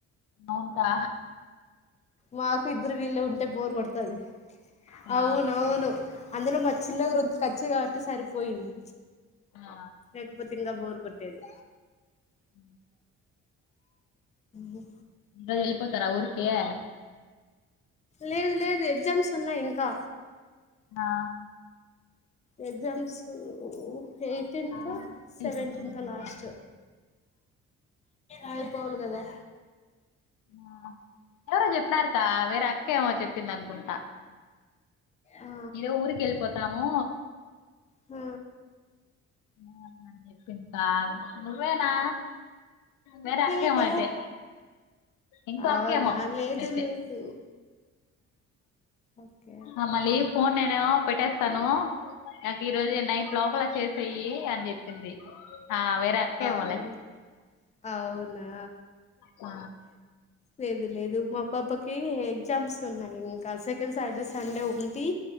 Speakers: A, on the left; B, on the left.
A: అవుంటా
B: మాకు ఇ్ర బ ఇళ్ళ ఉంటే బోర్ కొడతది
A: ఆ
B: అవును అవును అందులో మ చిన్నగరుంత కచ్చిగా సర పోంది
A: ఆ
B: రపతి సింగపూర్ కొట్టేది
A: అ
B: ఇ
A: ఇందజ వెళపోతారా ఊర్కే చె
B: లేదు లేదు ఎగ్జామ్స్ ఉన్నాయి ఇంకా
A: ఆ
B: ఎగ్జామ్స్ ఎయిటీన్త్
A: ఈరోజు ఊరికి వెళ్ళిపోతామండి
B: సెవెంటీన్త్ లాస్ట్ అ పోవాల కదా
A: ఆ ఎవరు చెప్ప అన్నారుకా వేరే అక్కేమో చెప్పింది అనుకుంటా
B: ఆ
A: ఇదే ఊరికి వెళ్ళిపోతాము
B: హ
A: ఆ అ పకా నువ్వేనా వేరే అక్కేమో
B: లేదే
A: అయితే ఇంకో
B: అవునా
A: అక్కేమో
B: లేదు
A: అయితే
B: లేదు ఓకే
A: అ మళ ఫోన్ నేనే పెట్టేస్తను ఈ రోజు నైట్ లోపల చేస్తా అని చెప్పింది ఆ వేరే అక్కేమాల
B: అవును అవునా
A: ఆ
B: లేదు లేదు మా పాప్పకి ఎగ్జామ్స్ ఉన్నాయి ఇంకా సెకం సైడ్స్ సండే ఉంది